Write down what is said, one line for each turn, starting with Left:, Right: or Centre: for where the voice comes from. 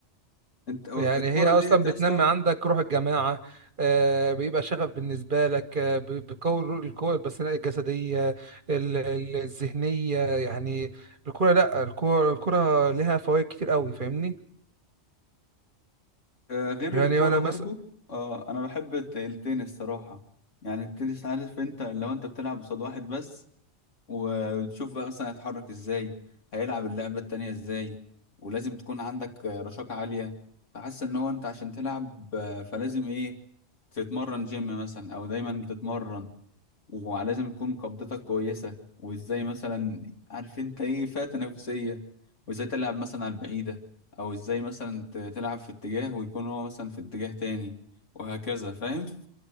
Left: انت
Right: يعني
Left: الكوره
Right: هي اصلا
Left: ديت يا
Right: بتنمي
Left: اسطى
Right: عندك روح الجماعه آه، بيبقى شغف بالنسبه لك آه، ب- بتقوي القوه البدنيه الجسديه ال- ال- الذهنيه يعني الكوره لا الكوره الكوره لها فوائد كتير قوي فاهمني
Left: آه، غير
Right: يعني
Left: الكوره
Right: انا
Left: برضو
Right: مثلا
Left: آه انا بحب الت- التنس صراحه يعني التنس عارف انت لو انت بتلعب قصاد واحد بس وتشوف بقى مثلا هيتحرك ازاي هيلعب اللعبة التانية ازاي ولازم تكون عندك آه، رشاقة عالية فحاسس ان هو انت عشان تلعب آه، فلازم ايه تتمرن جيم مثلا او دايما تتمرن ولازم تكون قبضتك كويسة وازاي مثلا عارف انت ايه فئة تنافسية وازاي تلعب مثلا على البعيدة او ازاي مثلا ت- تلعب في اتجاه ويكون هو مثلا في اتجاه تاني وهكذا فاهم